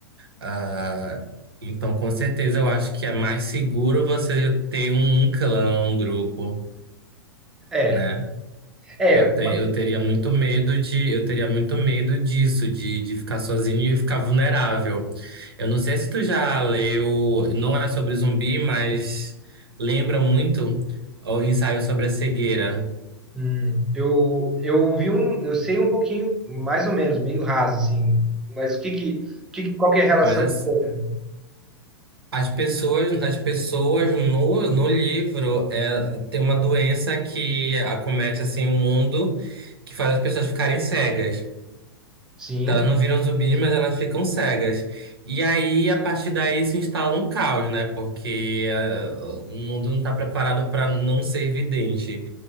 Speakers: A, on the right; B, in the centre.
A: Ah, então, com certeza, eu acho que é mais seguro você ter um um clã, um grupo,
B: É,
A: né?
B: é.
A: Eu, te, eu teria muito medo de, eu teria muito medo disso, de, de ficar sozinho e ficar vulnerável. Eu não sei se tu já leu, não é sobre zumbi, mas lembra muito o ensaio sobre a cegueira.
B: hum, eu eu vi um, eu sei um pouquinho, mais ou menos, meio raso assim. Mas o que que, que que- qual que é a relação?
A: Mas
B: que tem?
A: é, As pessoas, as pessoas no, no livro é, tem uma doença que acomete assim o mundo que faz as pessoas ficarem cegas.
B: Sim.
A: Então, elas não viram zumbis, mas elas ficam cegas. E aí, a partir daí, se instala um caos, né? Porque eh, o mundo não está preparado para não ser vidente.